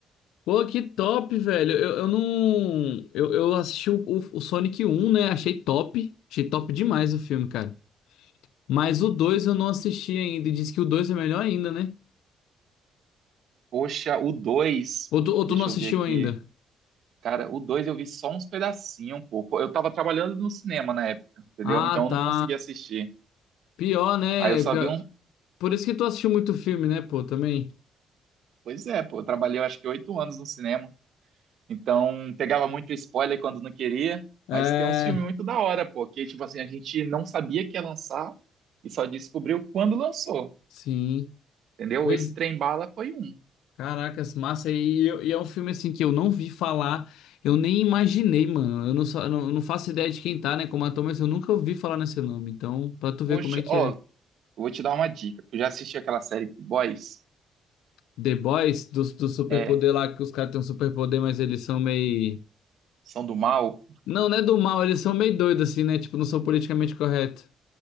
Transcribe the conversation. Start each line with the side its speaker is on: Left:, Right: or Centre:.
Left: Pô, que top, velho. Eu, eu não. Eu, eu assisti o, o, o Sonic um, né? Achei top. Achei top demais o filme, cara. Mas o 2 eu não assisti ainda. E diz que o 2 é melhor ainda, né?
Right: Poxa, o 2.
Left: Ou tu, ou tu
Right: deixa
Left: não assistiu
Right: eu ver aqui.
Left: ainda?
Right: Cara, o 2 eu vi só uns pedacinhos, um pouco. Eu tava trabalhando no cinema na época, entendeu?
Left: Ah,
Right: Então eu
Left: tá.
Right: não consegui assistir.
Left: Pior, né?
Right: Aí eu só
Left: Pior-
Right: vi um.
Left: Por isso que tu assistiu muito filme, né, pô, também.
Right: Pois é, pô, eu trabalhei eu acho que oito anos no cinema. Então pegava muito spoiler quando não queria.
Left: É,
Right: Mas tem uns filmes muito da hora, pô, que tipo assim, a gente não sabia que ia lançar e só descobriu quando lançou,
Left: sim.
Right: entendeu?
Left: Pois
Right: Esse Trem Bala foi um.
Left: Caracas, massa. E, e- e é um filme assim que eu não vi falar, eu nem imaginei, mano. Eu não, só, não, não faço ideia de quem tá, né, como ator, mas eu nunca ouvi falar nesse nome. Então, pra tu ver
Right: Poxa,
Left: como é que
Right: ó,
Left: é.
Right: eu vou te dar uma dica. Tu já assistiu aquela série The Boys?
Left: The Boys, do, do superpoder
Right: É,
Left: lá, que os caras têm um superpoder, mas eles são meio.
Right: São do Mal?
Left: Não, não é do mal, eles são meio doidos, assim, né? Tipo, não são politicamente corretos.